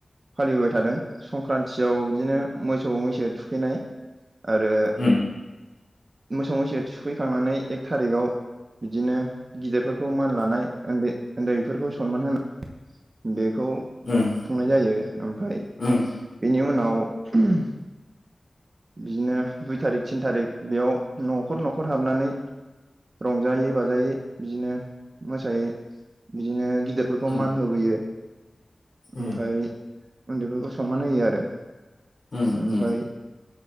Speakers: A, on the right; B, on the left.
A: फालिबोबाय थादों संक्रान्तियाव बिदिनो मोसौ मैसो थु खैनाय आरो।
B: उम
A: मोसौ मैसो थुखैखांनानै एक थारिखाव बिदिनो। गिदिरफोरखौ मान लानाय ओन्दै ओन्दैफोरखौ सनमान होनाय बे बखौ
B: उम
A: खुंनाय जायो ओमफाय
B: उम
A: बेनि उनाव। उमहम बिदिनो दुइ थारिख थिन थारिख बेयाव न'खर न'खर हाबनानै। रंजायै बाजायै बिदिनो मोसायै बिदिनो। गिदिरफोरखौ
B: उम
A: मान होबोयो।
B: उम
A: ओमफाय उन्दैफोरखौ सनमान होयो आरो
B: उम
A: ओमफाय।
B: उम